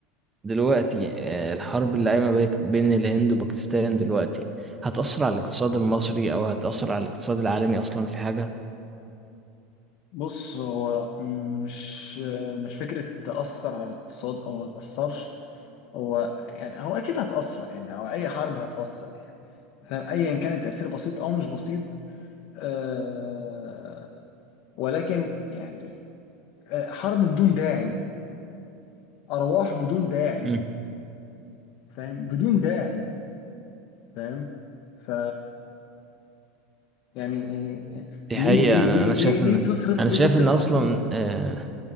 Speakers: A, on the right; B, on the left.
A: دلوقتي آه، الحرب اللي قايمة بيك- بين الهند وباكستان دلوقتي هتأثر على الاقتصاد المصري أو هتأثر على الاقتصاد العالمي أصلا في حاجة
B: بص هو مش مش فكرة تأثر على الاقتصاد أو ما تأثرش هو يعني هو أكيد هتأثر يعني هو أي حرب هتأثر فاهم أيا كان التأثير بسيط أو مش بسيط أه ولكن يعني آه، حرب بدون داعي أرواح بدون داعي
A: مم.
B: فاهم بدون داعي فاهم ف يعني يعني
A: دي
B: ليه
A: حقيقة
B: ليه
A: أنا
B: ليه
A: أنا
B: ليه
A: شايف
B: ليه
A: إن
B: تصرف
A: أنا
B: ليه
A: شايف
B: تصرف
A: إن أصلا
B: أصلا
A: آه،